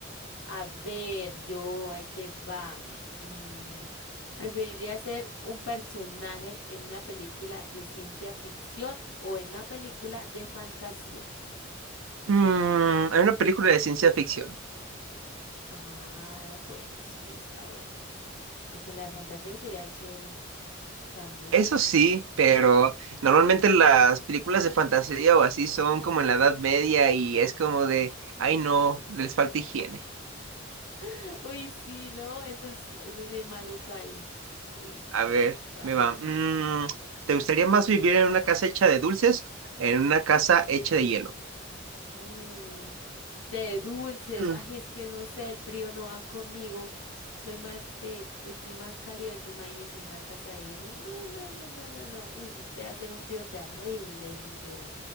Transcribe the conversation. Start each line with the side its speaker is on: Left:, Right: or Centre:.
Left: A ver, yo, ahí te va. Mm, ¿preferiría ser un personaje en una película de ciencia ficción o en una película de fantasía?
Right: Mm, hay una película de ciencia ficción.
Left: Ah, bueno, sí, está bueno. Aunque la de fantasía sería chévere pues, también.
Right: Eso sí, pero normalmente las películas de fantasía o así son como en la Edad Media y es como de, ay no, les falta higiene.
Left: <laughs> Uy, sí, ¿no? Eso es, eso es bien maluco ahí. Uy.
Right: A ver,
Left: va.
Right: me va. Mm, ¿te gustaría más vivir en una casa hecha de dulces, en una casa hecha de hielo?
Left: Mm, de dulces.
Right: Mm,
Left: Ay, es que no sé, el frío no va conmigo. Soy más de, de clima cálido, entonces imagínese una casa de hielo. No, no, no, no, no, no. Uy, no, debe hacer un frío terrible, literal.